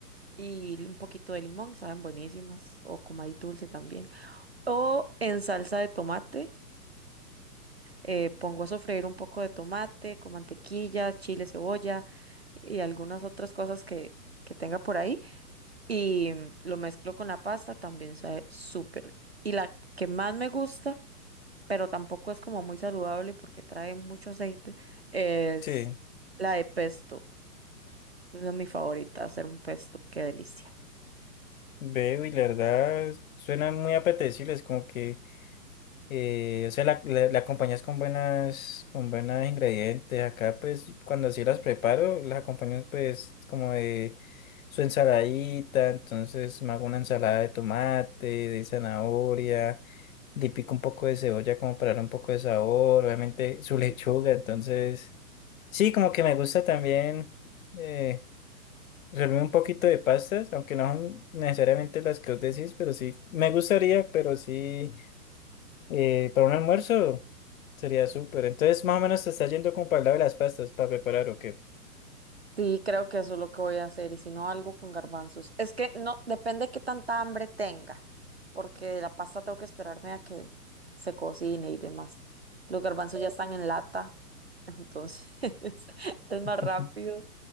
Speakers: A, on the right; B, on the left.
A: y un poquito de limón, saben buenísimas, o con maíz dulce también. O en salsa de tomate, eh, pongo a sofreír un poco de tomate con mantequilla, chile, cebolla y algunas otras cosas que, que tenga por ahí y mm, lo mezclo con la pasta, también sabe súper. Y la que más me gusta, pero tampoco es como muy saludable porque trae mucho aceite, es
B: sí,
A: la de pesto. Esa Es mi favorita, hacer un pesto, qué delicia.
B: veo y la verdad, suenan muy apetecibles, como que... Eh, o sea, la, la, la acompañas con buenas, con buenos ingredientes. Acá, pues, cuando así las preparo, las acompaño, pues, como de su ensaladita. Entonces, me hago una ensalada de tomate, de zanahoria, le pico un poco de cebolla como para darle un poco de sabor. Obviamente, su lechuga.
A: Rico.
B: Entonces, sí, como que me gusta también eh, servirme un poquito de pastas, aunque no son necesariamente las que os decís, pero sí, me gustaría, pero sí, eh, para un almuerzo. Sería súper. Entonces, más o menos te está yendo como para el lado de las pastas para preparar o qué.
A: Sí, creo que eso es lo que voy a hacer, y si no, algo con garbanzos. Es que no, depende qué tanta hambre tenga, porque de la pasta tengo que esperarme a que se cocine y demás. Los garbanzos ya están en lata, <laughs> entonces <laughs> es más
B: Ujú.
A: rápido,